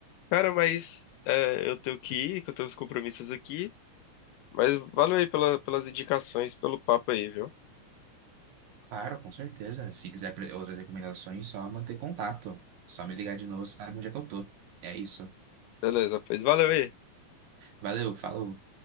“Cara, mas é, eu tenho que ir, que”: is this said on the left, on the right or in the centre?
Left